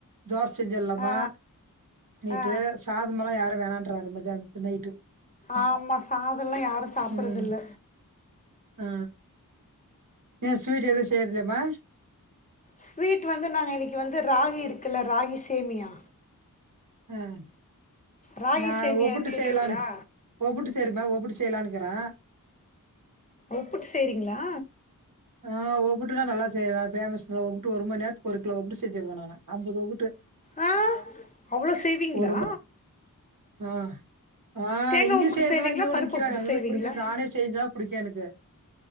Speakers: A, on the right; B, on the left.
A: தோசை செஞ்சிடலாமா
B: ஆ
A: நேத்து
B: ஆ
A: சாதம் எல்லாம யாரும் வேணான்றாங்க மத்திய நைட்டு
B: ஆமா சாதம் எல்லா யாரும் சாப்படறது
A: ம்
B: இல்ல
A: ஆ ஏ ஸ்வீட் எதுவும் செய்றதுல்லயாபா
B: ஸ்வீட் வந்து நாங்க இன்னைக்கு வந்து ராகி இருக் குல ராகி சேமியா
A: ம்
B: ராகி
A: நான்
B: சேமியா
A: ஒப்பிட்டு
B: தெரியுங்களா
A: செய்யலனு ஒப்பிட்டு சரிமா ஒப்பிட்டு செய்யலனுக்கிறேன்
B: ஒப்புட்டு செய்றீங்களா
A: ஆ ஒப்புட்டுலாம் நல்லா செய்வேன் ஃபேமஸ் ஒப்புட்டு ஒரு மணி நேரத்துக்கு ஒரு கிலோ ஒப்புட்டு செஞ்சுருவேன் நானு அம்பது ஒப்புட்டு
B: ஆ அவ்ளோ செய்வீங்களா
A: ஒரு ம ஆ ஆ
B: தேங்காய்
A: இங்க
B: ஒப்புட்டு
A: செய்றதெல்லா
B: செய்வீங்களா
A: இங்கோடு
B: பருப்பு
A: விக்கிறாங்க
B: ஒப்புட்டு
A: <unintelligible>
B: செய்வீங்களா
A: நானே செஞ்சா பிடிக்கும் எனக்கு